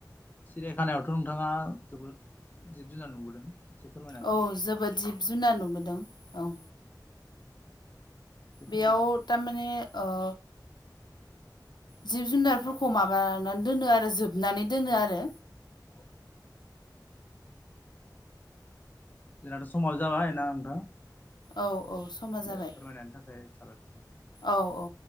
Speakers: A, on the left; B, on the left.
A: सिरिया खानायावथ' नोंथाङा जोबोद जिब जुनार नुबोदों एसे फोरमायनो हागोन
B: औ
A: नामा
B: जोबोद जिब जुनार नुबोदों औ
A: एसे फोरमायनो
B: बेयाव थारमाने ओ जिब जुनारफोरखौ माबानानै दोनो आरो जोबनानै दोनो आरो
A: औ जोंनाथ' समाव जाबाय ना नोंथां
B: औ औ समा जाबाय
A: दे फोरमायनायनि थाखाय साबायखर थाबाय
B: औ औ